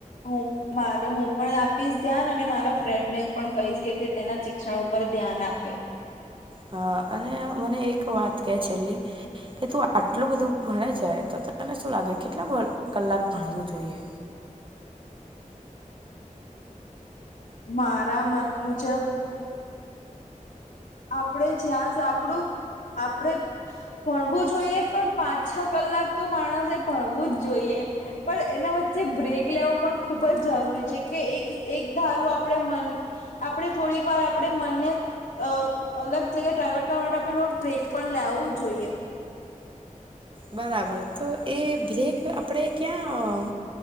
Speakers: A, on the left (about 80°); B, on the right (about 40°).
A: હું મારે હું પણ આપીશ ધ્યાન અને મારા ફ્રેન્ડ ને પણ કહીશ કે તે તેના શિક્ષણ ઉપર ધ્યાન આપે
B: હા અને મને એક વાત કે છેલ્લી કે તું આટલું બધું ભણે છે તો તને શું લાગે કેટલા કલાક ભણવું જોઈએ
A: મારા મત મુજબ આપણેે જ્યાં આપડું આપણેે ભણવું જોઈએ પણ પાંચ છ કલાક તો માણસે ભણવું જ જોઈએ પણ એના વચ્ચે બ્રેક લેવો પણ ખૂબ જ જરૂરી છે કે એક એક ધારું આપણે મન આપણે થોડીક વાર આપણે મનને અ અલગ જગ્યાએ ડ્રાઈવડ કરવા માટે આપણે થોડું બ્રેક પણ લાવું જોઈએ
B: બરાબર તો એ બ્રેક આપણે ક્યાં